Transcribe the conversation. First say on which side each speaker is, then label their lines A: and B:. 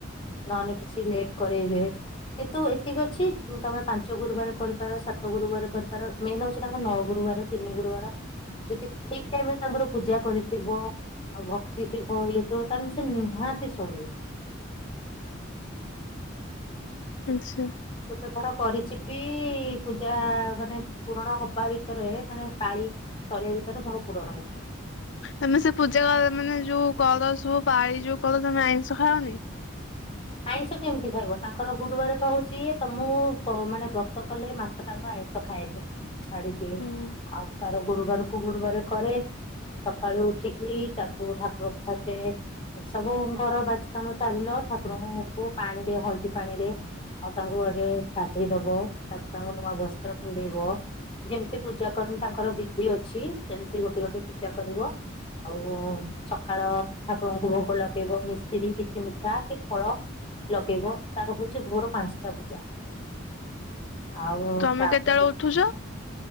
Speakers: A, on the left; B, on the left.
A: ନହେଲେ କିଛି ଲେଟ୍ କରଇବେ। କିନ୍ତୁ ଏତିକି ଅଛି ତମେ ପାଞ୍ଚ ଗୁରୁବାର କରିପାର ସାତ ଗୁରୁବାର କରିପାର ମେନ୍ ହଉଛି ତାଙ୍କ ନଅ ଗୁରୁବାର ତିନି ଗୁରୁବାର ଯଦି ଠିକ୍ ଟାଇମ ରେ ତାଙ୍କର ପୂଜା କରିଥିବ ଆଉ ଭକ୍ତି ଥିବ ଇଏ ଥିବ ତାଲେ ସେ ନିହାତି ଶୁଣିବେ।
B: ଆଚ୍ ଛା
A: କେତେ ଥର କରିଛି ବି ପୂଜା <unintelligible> ନେ ପୂରଣ ହବା ଭିତରେ ମାନେ ପାଳି ସରିବା ଭିତରେ ମର ପୂରଣ ହେଇଚି।
B: ତମେ ସେ ପୂଜା ମାନେ ଯୋଉ କର ସୁ ପାଳି ଯୋଉ କଲ ତମେ ଆଇଁଷ ଖାଅନି?
A: ଆଇଁଷ କେମିତି ଖାଇବ? ତାଙ୍କର ଗୁରୁବାର ପାଉଛି ତମକୁ କ ମାନେ ବ୍ରତ କଲେ ମା ତାଙ୍କ ବା ଆଇଁଷ ଖାଇଦି ଛାଡିଦିଏ
B: ହଁ
A: ଆଉ ତାର ଗୁରୁବାରକୁ ଗୁରୁବାର କରେ ସକାଳୁ ଉଠିକି ତାକୁ ଠାକୁର ଫାଷ୍ଟେ ସବୁ ଘର ବାଚ କାମ ଚାଲିଲ ଠାକୁରଙ୍କୁ ପାଣିରେ ହଲଦୀ ପାଣିରେ ଆଉ ତାଙ୍କୁ ଆଗେ ଗାଦେଇ ଦବ ତାପ ତାଙ୍କୁ ନୂଆ ବସ୍ତ୍ର ପିନ୍ଧେଇବ ଯେମିତି ପୂଜା କରନି ତାଙ୍କର ବିଧି ଅଛି ସେମିତି ଗୋଟେ ଗୋଟେ ପୂଜା କରିବ ଆଉ ସକାଳ ଠାକୁରଙ୍କୁ ଭୋଗ ଲଗେଇବ ମିଶିରି କିଛି ମିଠା କି ଫଳ ଲଗେଇବ, ତାର ହଉଛି ଭୋର ପାଞ୍ଚଟା ପୂଜା। ଆଉ
B: ତମେ
A: ତା
B: କେତେବେଳେ
A: ପରେ ରୁ
B: ଉଠୁଛ?